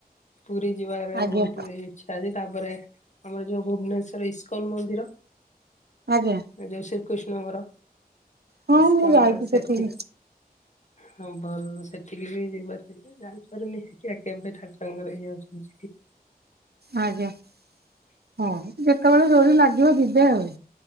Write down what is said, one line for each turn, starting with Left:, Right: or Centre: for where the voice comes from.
Left: ପୁରୀ ଯିବାରେ
Right: ଆଜ୍ଞା
Left: ବହୁତ ଏ ଇଛା ଅଛି ତାପରେ ଆମର ଯୋଉ ଭୁବନେଶ୍ଵର ଇସ୍କନ ମନ୍ଦିର
Right: ଆଜ୍ଞା।
Left: ଯୋଉ ଶ୍ରୀକୃଷ୍ଣଙ୍କର
Right: ହଁ
Left: ଇସ୍କାନ
Right: ମୁଁ ଯାଇଛି
Left: ସେଠି।
Right: ସେଠିକି
Left: ହଁ ଭଲ ସେଠିକି ବି ଯିବାର କେବେ ଯାଇପାରୁନି ଦେଖିଆ କେବେ ଠାକୁରଙ୍କର ଇଏ ହଉଚି ଯିବି।
Right: ଆଜ୍ଞା ହଉ ଯେତେବେଳେ ଡୋରି ଲାଗିବ ଯିବେ ଆଉ।